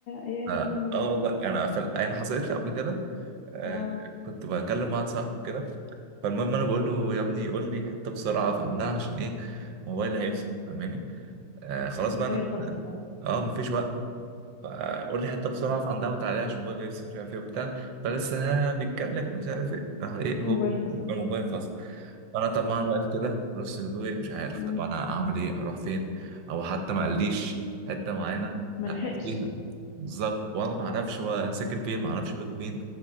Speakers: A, on the left (about 75°); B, on the right (about 70°).
A: يا
B: اه
A: دنيا
B: آه والله يعني في- يعني حصلت لي قبل كده آه
A: اه
B: كنت بكلم واحد صاحبي كده فالمهم انا بقول له يا ابني قول لي حته بسرعه افهمها عشان ايه موبايلي هيفصل
A: مم.
B: فاهماني آه خلاص بقى
A: موبايل
B: انا
A: فصل
B: <laughs>
A: بقى
B: اه مفيش وقت فقول لي حته بسرعه افهم ده وتعالى عشان موبايلي يفصل مش عارف ايه وبتاع فلسه <laughs> ها بيتكلم مش عارف ايه راح ايه هوب
A: موبايل فصل
B: الموبايل فصل انا طبعا واقف كده في نص هدوئي مش عارف
A: امم
B: طب انا اعمل ايه اروح فين او حتى ما قاليش حته معينه
A: ملحقش
B: أقف فيها بالظبط وانا ما اعرفش هو ساكن فين ما اعرفش بيته فين